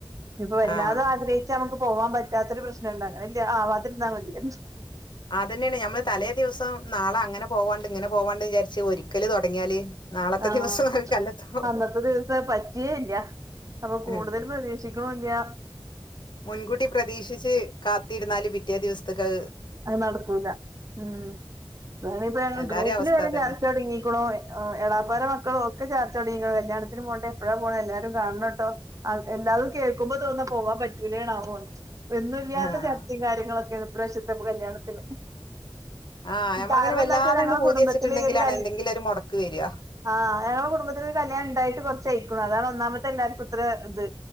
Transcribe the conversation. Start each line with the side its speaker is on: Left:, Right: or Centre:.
Right: ഇപ്പൊ വല്ലാത
Left: ആഹ്
Right: ആഗ്രഹിച്ച് നമ്മക്ക് പോവാൻ പറ്റാത്ത ഒര് പ്രശ്ന് ഇണ്ട് അങ്ങനെ ഇല്ല ആവതിര്ന്നാ മതിയാരുന്നു
Left: അതന്നെയാണ് ഞമ്മള് തലേ ദിവസം നാളെ അങ്ങനെ പോവാണ്ട് ഇങ്ങനെ പോവാണ്ട് വിചാരിച്ച് ഒരിക്കല് തൊടങ്ങിയാല് നാളത്തെ
Right: ആഹ്
Left: ദിവസം അത് കല്ലത്താവും
Right: അന്നത്തെ ദിവസം പറ്റയേ ഇല്ല അപ്പൊ കൂടുതല്
Left: ഉം
Right: പ്രതീക്ഷിക്ക് തും ഇല്ല്യാ
Left: മുൻകൂട്ടി പ്രതീക്ഷിച്ച് കാത്ത് ഇര്ന്നാല് പിറ്റേ ദിവസത്തെക്ക്
Right: അത് നട്ക്കൂല ഉം താണ്പ്പെങ്ങളെ
Left: എല്ലാരേം
Right: ഗ്രൂപ്പല്
Left: അവസ്ഥ
Right: വരെ
Left: അതന്നെ
Right: ചർചൊട്ങ്ങിക്കണോ എളാപ്പാന്റെ മക്കളും ഒക്കെ ചാർച്ചോട് ങ്ങീക്കണ് കല്യാത്തിന് പോണ്ടെ എപ്പെഴാ പോണെ എല്ലാരും കാണണട്ടോ എല്ലാതും കേൾക്കുമ്പോ തോന്നാ പോവാ പറ്റൂലെന്നാവോ <unintelligible> ഒന്നുല്ലാത്ത
Left: ആഹ്
Right: ചർചെക്കാര്യങ്ങളൊക്കെയാണ് ഇപാവശ്യത്തെ കല്യാണത്തിന്
Left: ആ ഞമ്മളങ്ങനെ
Right: കാരണം
Left: വല്ലാതെണ്ട്
Right: എന്താ വെച്ചാ ഞങ്ങളെ
Left: പൂതി
Right: കുടുംബത്തില്
Left: ച്ചിട്ട്ണ്ടെങ്കിലാണ്
Right: ഒരു കല്
Left: ന്തെങ്കിലും ഒര് മൊടക്ക് വരാ
Right: ആഹ് ഞങ്ങള കുട്ബത്തില് ഒരു കല്യാണം ണ്ടായിട്ട് കുറച്ച്യയിക്കണ് അതാണ് ഒന്നാമത്തെല്ലാർക്കും അത്രത്